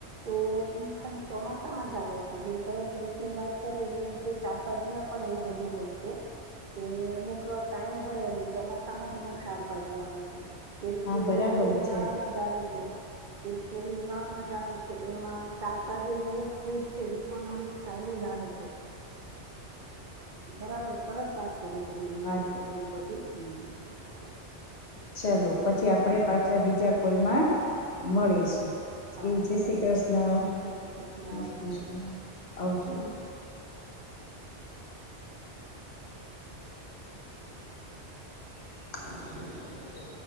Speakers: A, on the right; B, on the left.
A: તો ખાલી ચોમાસામાં જ આવે છે જેમ તમે ફ્રૂટ ની વાત કરી એ રીતે શાકભાજી માં પણ એવું બધું. હોય છે. કે અમુક ટાઈમ હોય એનો ચોમાસામાં જ અમુક શાકભાજી આવે છે.
B: હા
A: કેવી
B: બરાબર
A: આપડે ઉનાળા
B: છે
A: માં જ આવે છે. કેરી ઉનાળામાં જ આવે છે એમાં શાકભાજીને અમુક ફૂટ છે પણ અમુક ટાઇમ આવે છે, બરાબર સરસ વાત કરી.
B: વાત
A: <unintelligible>
B: ચાલ
A: ચલો
B: પછી
A: તો
B: આપણેે
A: હા
B: પાછા બીજા કોલમાં
A: હા
B: મળીશું.
A: હા
B: એ જય
A: ચાલો
B: શ્રી કૃષ્ણ
A: જય શ્રી કૃષ્ણ
B: જય
A: આવજો
B: શ્રી કૃષ્ણ આવજો. <unintelligible>